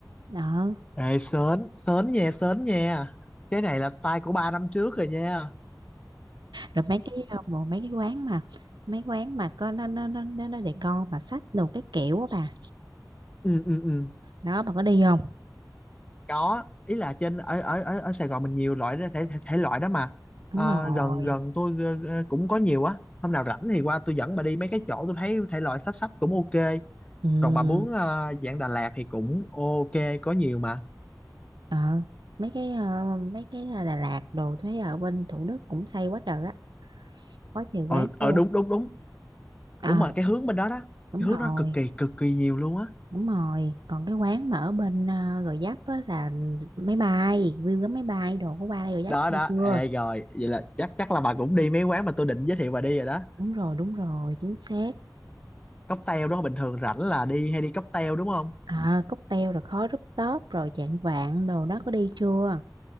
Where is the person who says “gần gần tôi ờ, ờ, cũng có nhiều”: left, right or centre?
Left